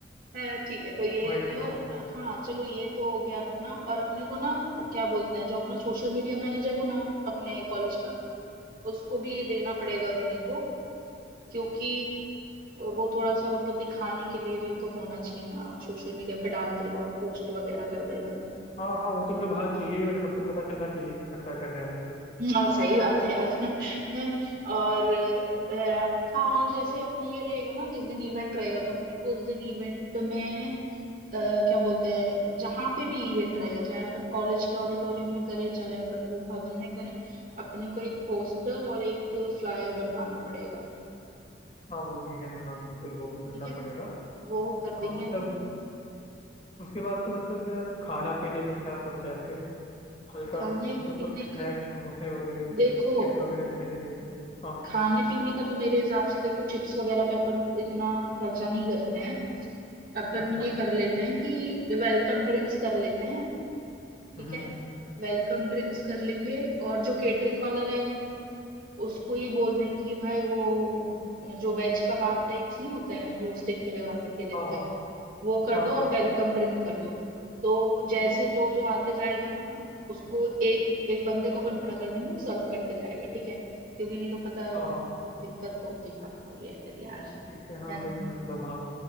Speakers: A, on the right; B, on the left.
A: है ठीक है तो ये
B: वही तो
A: और हाँ चलो ये तो हो गया अपना और अपने को ना क्या बोलते हैं जो अपना सोशल मीडिया मैनेजर है ना अपने कॉलेज का उसको भी ये देना पड़ेगा अपने को क्योंकि वो थोड़ा सा मतलब दिखाने के लिए भी तो होना चाहिए ना सोशल मीडिया पे डाल देगा वो पोस्ट वगैरह कर देगा
B: हाँ हाँ वो तो मतलब हाँ चाहिए ही मतलब सबको पता चलना चाहिए कि खर्चा कर रहे हैं हम लोग
A: हाँ सही बात है यार <laughs> और अम, हाँ और जैसे अपना ये रहेगा ना जिस दिन इवेंट रहेगा तो अपने को उस दिन इवेंट में अ, क्या बोलते हैं जहाँ पे भी इवेंट रहेगा चाहे अपन कॉलेज के ऑडिटोरियम में करें चाहे अपन वो भवन में करें अपने को एक पोस्टर और एक फ्लायर बनवाना पड़ेगा
B: हाँ वो भी है हाँ बिल्कुल वो भी करना
A: ठीक है
B: पड़ेगा
A: वो कर देंगे
B: हाँ मतलब
A: अपन
B: उसके बाद तो मतलब यार खाना पीने का क्या सोचा है फिर हल्का
A: खाने
B: हल्के फुल्के
A: पीने
B: स्नैक्स
A: का
B: समोसे वगैरह
A: देखो
B: चिप्स वगैरह पहले देंगे हाँ
A: खाने पीने का तो मेरे हिसाब से देखो चिप्स वगैरह पे अपन इतना खर्चा नहीं करते हैं अपन
B: अच्छा
A: ये कर लेते हैं कि वेलकम ड्रिंक्स कर लेते हैं ठीक
B: हम्म
A: है वेलकम ड्रिंक्स कर लेंगे और जो केटरिंग वाला रहेगा ना उसको ही बोल देंगे कि भाई वो जो वेज कबाब टाइप्स नहीं होते हैं जो स्टिक में लगा करके देते
B: हाँ हाँ
A: हैं वो कर
B: हाँ
A: दो और वेलकम ड्रिंक कर दो तो जैसे जो जो आते जाएगा ना उसको एक एक बंदे को अपन खड़ा कर देंगे वो सर्व करते जाएगा ठीक है क्योंकि नहीं तो पता
B: हाँ
A: दिक्कत तो होती है, पता ही है फिर यार
B: ठीक है हाँ
A: है
B: वही
A: ना
B: मतलब हाँ